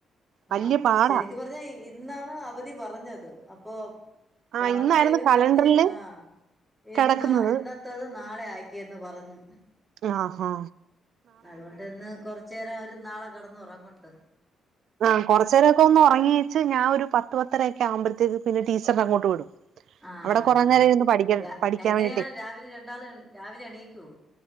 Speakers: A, on the right; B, in the centre.
A: വല്യ
B: ആഹ്
A: പാടാ
B: ശരിക്ക്‌ പറഞ്ഞാ ഇന്നാണ് അവധി പറഞ്ഞത് അപ്പൊ.
A: ആഹ്
B: വാർത്തയില്
A: ഇന്നായിരുന്നു കലണ്ടറില്
B: പറഞ്ഞ് ആഹ് ഇന്നാ
A: കിടക്കുന്നത്
B: ഇന്ന ത്തത് നാളെ ആക്കിയെന്ന് പറഞ്ഞു.
A: ആഹാ
B: അതുകൊണ്ട് ഇന്ന് കൊറച്ച് നേേരം അവര് നാളെ കിടന്ന് ഉറങ്ങട്ട്
A: ആഹ് കൊറച്ച് നേരൊക്കെ ഒന്ന് ഉറങ്ങിയേച്ച് ഞാൻ ഒരു പത്ത് പത്തര ഒക്കെ ആവുമ്പഴത്തേക്ക് പിന്നെ ടീച്ചറിന്റെ അങ്ങോട്ട് വിടും.
B: ആഹ്
A: അവിടെ കൊറേ
B: ആഹ് ആഹ്
A: നേരം ഇരുന്ന് പഠിക്കാൻ
B: രാ
A: പഠിക്കാൻ
B: എങ്ങനെയാണ്
A: വേണ്ടിട്ടേ
B: രാവിലെ രണ്ടാളും രാവിലെ എണീക്കോ.